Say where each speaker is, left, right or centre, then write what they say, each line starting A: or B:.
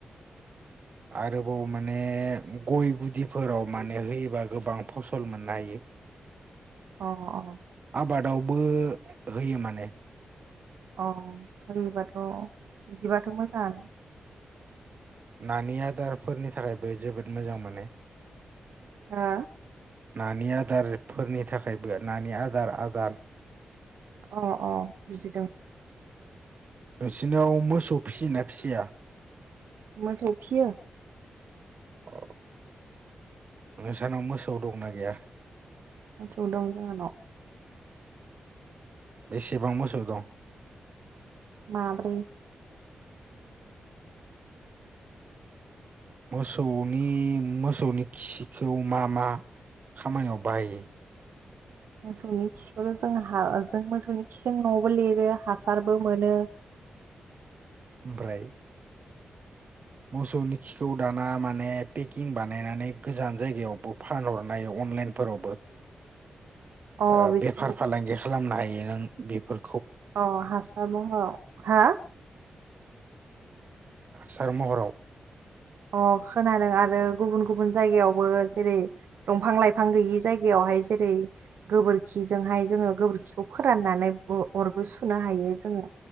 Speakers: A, on the right (about 50°); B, on the right (about 80°).
A: <inaudible> आरोबाव माने गय गुदि फोराव माने होयोबा गोबां फसल मोननो हायो। <inaudible>
B: अ अ।
A: आबादावबो होयो माने।
B: ओ होयोबाथ' बिदिबाथ' मोजाङानो।
A: नानि आदार फोरनि थाखायबो जोबोद मोजांमोन।
B: हा
A: नानि आदार फोरनि थाखायबो नानि आदार आदार
B: ओ ओ बुजिदों।
A: नोंसिनाव मोसौ फिसि योना फिसिया?
B: मोसौ फियो।
A: अ नोंसानाव मोसौ दंना गैया?
B: मोसौ दं जोंहानाव।
A: बेसेबां मोसौ दं?
B: माब्रै।
A: मोसौनि मोसौनि खि खौ मा मा खामा नियाव बाहायो?
B: मोसौनि खिखौ' जों जों मोसौनि खिजों न'बो लिरो हासारबो मोनो।
A: ओमफ्राय मोसौनि खिखौ दाना माने पेकिं बानायनानै गोजान जायगा यावबो फानहर नायाव अनलाइन फोरावबो ओ
B: अ बेखौ
A: बेफार फालांगि खालामनो हायो नों बेफोर
B: अ हासार महराव हा
A: हासार महराव।
B: अ खोनादों आरो गुबुन गुबुन जायगायावबो जेरै' दंफां लाइफां गैयि जायगायावहाय जेरै' गोबोरखिजोंहाय जोङो गोबोरखिखौ फोराननानै अर'बो सुनो हायो जोङो।